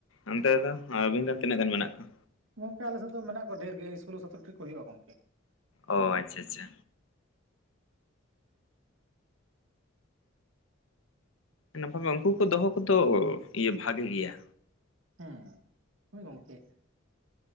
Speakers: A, on the left; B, on the right.
A: ᱚᱱᱛᱮ ᱛᱮ ᱟᱹᱵᱤᱱ ᱨᱮᱱ ᱛᱤᱱᱟᱹᱜ ᱜᱟᱱ ᱢᱮᱱᱟᱜ ᱠᱚᱣᱟ?
B: ᱜᱚᱝᱠᱮ ᱟᱞᱮᱫ ᱫᱚ ᱢᱮᱱᱟᱜ ᱠᱚᱣᱟ ᱰᱷᱮᱨ ᱜᱮ ᱥᱳᱞᱳ ᱥᱚᱛᱨᱚ ᱴᱤ ᱠᱚ ᱦᱩᱭᱩᱜᱼᱟ ᱜᱚᱝᱠᱮ,
A: ᱚᱸᱻ ᱟᱪᱪᱷᱟ ᱟᱪᱪᱷᱟ ᱱᱟᱯᱟᱭ ᱩᱱᱠᱩ ᱠᱚ ᱫᱚᱦᱚ ᱠᱚᱫᱚ ᱤᱭᱟᱹ ᱵᱷᱟᱜᱮ ᱜᱮᱭᱟ᱾
B: ᱦᱮᱸ ᱦᱳᱭ ᱜᱚᱝᱠᱮ